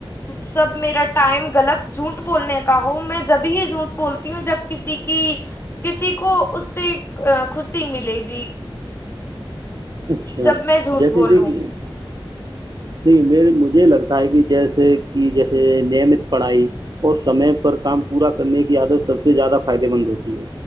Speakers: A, on the left; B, on the right.
A: سب میرا ٹائم غلط جھوٹ بولنے کا ہو میں جب ہی جھوٹ بولتی ہوں جب کسی کی کسی کو اس سے خوشی ملے جی
B: اچھا
A: جب میں جھوٹ
B: جیسے ہی
A: بولوں
B: دیکھیے دیک مجھے لگتا ہے کہ جیسے کہ جیسے نیمت پڑھائی اور سمے پر کام پورا کرنے کی عادت سب سے زیادہ فائدے مند ہوتی ہے